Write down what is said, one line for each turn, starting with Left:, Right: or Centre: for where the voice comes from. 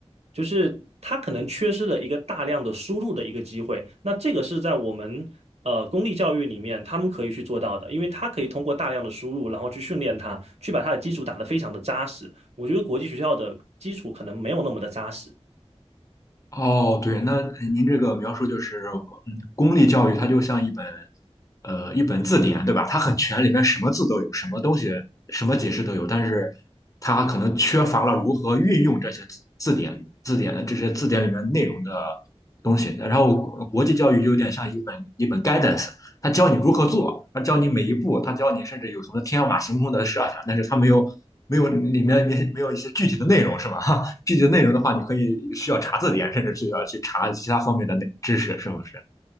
Right: 就是他可能缺失了一个大量的输入的一个机会。那这个是在我们呃公立教育里面他们可以去做到的，因为他可以通过大量的输入，然后去训练它，去把它的基础打得非常的扎实。我觉得国际学校的基础可能没有那么的扎实。
Left: 哦，对，那哎您这个描述就是，嗯，公立教育它就像一本，呃，一本字典，对吧？它很全，里面什么字都有，什么东西，什么解释都有，但是它可能缺乏了如何运用这些字字典、字典这些字典里面内容的东西。然后呃国际教育有点像一本一本 guidance，它教你如何做，它教你每一步，它教你甚至有什么天马行空的设想，但是它没有没有里面没有一些具体的内容，是吗？<laughs> 具体的内容的话，你可以需要查字典，甚至是要去查其他方面的内知识，是不是？